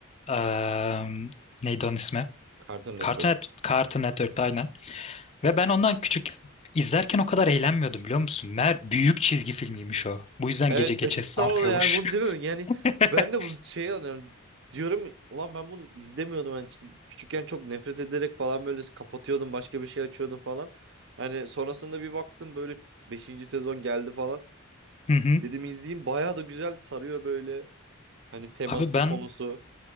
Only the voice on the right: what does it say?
Cartoon Network.
Evet
<laughs>
tam olarak yani bunu demiyorum yani
ben de bu şeyi anlıyorum diyorum ulan ben bunu izlemiyordum hani çiz- küçükken çok nefret ederek falan böyle kapatıyordum başka bir şey açıyordum falan hani sonrasında bir baktım böyle beşinci sezon geldi falan
dedim izleyeyim bayağı da güzel sarıyor böyle hani teması
konusu